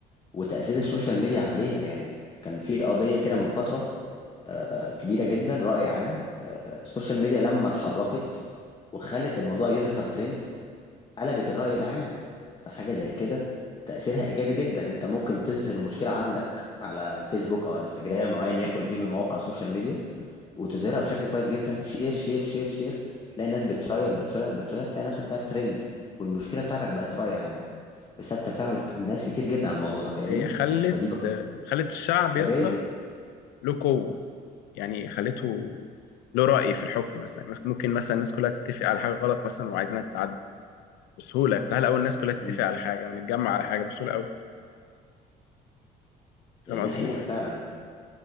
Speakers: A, on the left; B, on the left.
A: وتاثير السوشيال ميديا عليها يعني كان في قضيه كده من فتره آه، كبيره جدا راي عام آه، السوشيال ميديا لما اتحركت وخلت الموضوع يظهر ترند قلبت الرأي العام فحاجة زي كده تأثيرها إيجابي جدا أنت ممكن تظهر المشكلة عندك على الفيسبوك أو انستجرام أو أيا يكن إيه من مواقع السوشيال ميديا وتظهرها بشكل كويس جدا شير شير شير شير تلاقي الناس بتشير بتشير بتشير تلاقي نفسك طلعت ترند والمشكلة بتاعتك بقت رأي عام بسبب تفاعل ك- ناس كتير جدا على الموضوع ده فاهمني
B: هي خلت
A: فدي بقى
B: خلت الشعب
A: إيجابية
B: يا اسطى له قوه يعني خلته له راي في الحكم مثلا ممكن مثلا الناس كلها تتفق على حاجه غلط مثلا وعايزينها تتعدل بسهوله سهل قوي الناس كلها تتفق
A: مم.
B: على حاجه ونتجمع على حاجه بسهوله قوي فاهم
A: يعني دي
B: قصدي؟
A: حقيقة فعلا